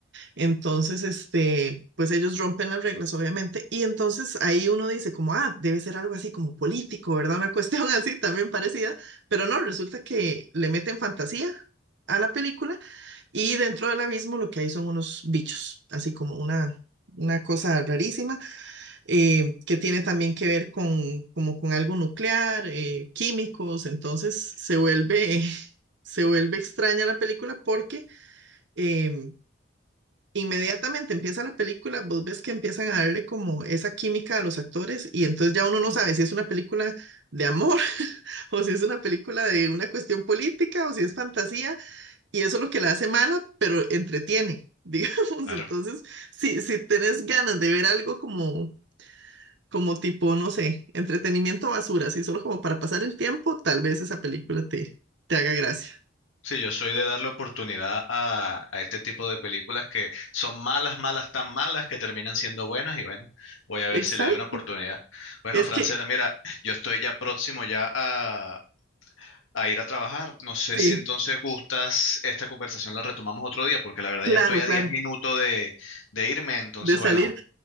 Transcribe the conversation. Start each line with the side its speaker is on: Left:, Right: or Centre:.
Right: Entonces, este, pues ellos rompen las reglas, obviamente, y entonces ahí uno dice como, ah, debe ser algo así como político, ¿verdad? Una <laughs> cuestión así también parecida, pero no, resulta que le meten fantasía a la película y dentro del abismo lo que hay son unos bichos, así como una, una cosa rarísima eh, que tiene también que ver con, como con algo nuclear, eh, químicos, entonces se vuelve, <laughs> se vuelve extraña la película porque eh, inmediatamente empieza la película, vos ves que empiezan a darle como esa química a los actores y entonces ya uno no sabe si es una película de amor <laughs> o si es una película de una cuestión política o si es fantasía y eso es lo que la hace mala, pero entretiene. <laughs> Digamos,
Left: Claro.
Right: entonces, si, si tenés ganas de ver algo como como tipo, no sé, entretenimiento basura, así solo como para pasar el tiempo, tal vez esa película te, te haga gracia.
Left: Sí, yo soy de darle oportunidad a, a este tipo de películas que son malas, malas, tan malas que terminan siendo buenas y bueno, voy a ver
Right: Exacto.
Left: si le doy una oportunidad. Bueno,
Right: Es
Left: Francela,
Right: que,
Left: mira, yo estoy ya próximo ya a, a ir a trabajar. No sé
Right: sí,
Left: si entonces gustas esta conversación la retomamos otro día porque la verdad
Right: claro,
Left: ya estoy a
Right: claro.
Left: 10 minutos de, de irme, entonces
Right: De salir.
Left: bueno,